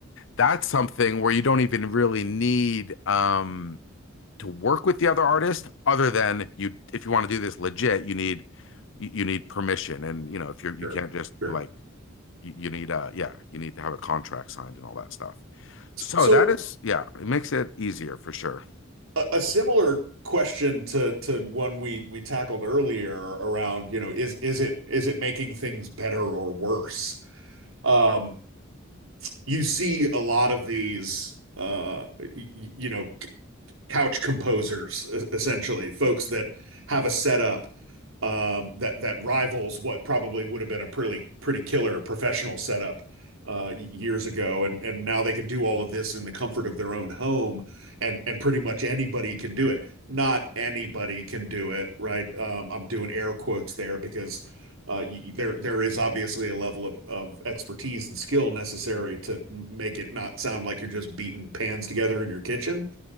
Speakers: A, on the left; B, on the right.
A: that's something where you don't even really need um to work with the other artist other than you if you want to do this legit you need you need permission and you know if you're you
B: Sure,
A: can't just
B: sure.
A: like you, you need uh yeah you need to have a contract signed and all that stuff so
B: So,
A: that is yeah it makes it easier for sure
B: A a similar question to to one we we tackled earlier around, you know, is is it is it making things better or worse? Um, You see a lot of these, uh, you you know, couch composers, e- essentially, folks that have a setup um, that that rivals what probably would have been a pretty pretty killer professional setup uh, years ago, and and now they can do all of this in the comfort of their own home, and and pretty much anybody can do it. Not anybody can do it, right? Um, I'm doing air quotes there because. Uh, there, there is obviously a level of, of expertise and skill necessary to make it not sound like you're just beating pans together in your kitchen.